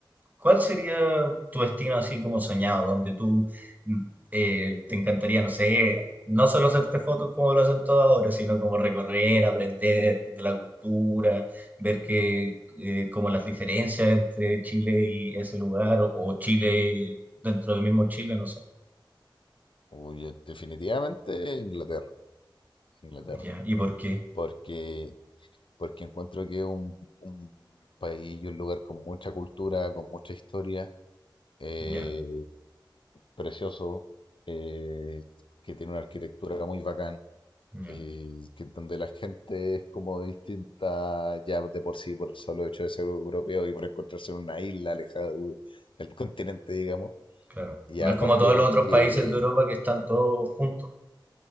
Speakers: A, on the right; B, on the left.
A: ¿cuál sería tu destino así como soñado, donde tú mm, eh, te encantaría, no sé, no solo hacerte fotos como lo hacen todos ahora, sino como recorrer, aprender de la cultura, ver que eh, como las diferencias entre Chile y ese lugar, o, o Chile dentro del mismo Chile, no sé.
B: Uy, yo definitivamente Inglaterra, Inglaterra,
A: Ya, ¿y por qué?
B: porque porque encuentro que es un, un país y un lugar con mucha cultura, con mucha historia, eh,
A: Ya,
B: precioso, eh, que tiene una arquitectura muy bacán
A: ya.
B: eh, que donde la gente es como distinta ya de por sí, por el solo hecho de ser europeo y por encontrarse en una isla alejada de- del continente, digamos.
A: Claro.
B: Y
A: No
B: aparte
A: es como todos
B: porque,
A: los otros países de Europa que están todos juntos,